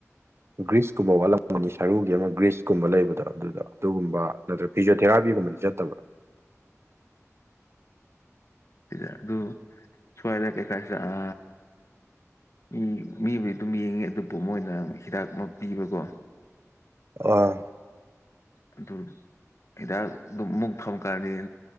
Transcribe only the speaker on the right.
ꯒ꯭ꯔꯤꯁꯀꯨꯝꯕ ꯋꯥꯠꯂꯝꯒꯅꯤ ꯁꯔꯨꯒꯤ ꯑꯃ ꯒ꯭ꯔꯤꯁꯀꯨꯝꯕ ꯂꯩꯕꯗꯣ ꯑꯗꯨꯗ ꯑꯗꯨꯒꯨꯝꯕ ꯅꯠꯇ꯭ꯔꯒ ꯐꯤꯖꯥ ꯊꯦꯔꯥꯄꯤꯒꯨꯝꯕꯗꯤ ꯆꯠꯇꯕ꯭ꯔꯥ
ꯑꯥ